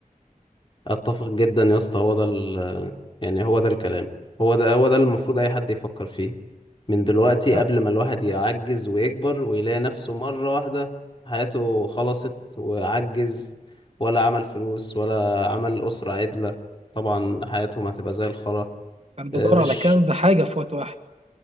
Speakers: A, on the left; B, on the right.
A: اتفق جدا يا اسطى هو ده ال يعني هو ده الكلام هو ده هو ده اللي المفروض اي حد يفكر فيه من دلوقتي
B: طب
A: قبل ما الواحد يعجز ويكبر ويلاقي نفسه مرة واحدة حياته خلصت وعجز ولا عمل فلوس ولا عمل أسرة عدلة طبعا حياتهم هتبقى زي الخرا
B: كان بيدور
A: آه، مش
B: على كنز حاجه في وقت واحد ما